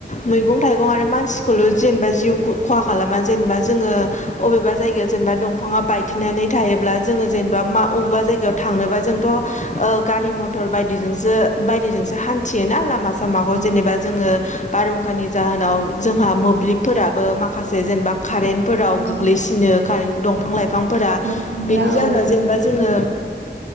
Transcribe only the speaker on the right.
औ
औ
औ
दंफांफ्रा
औ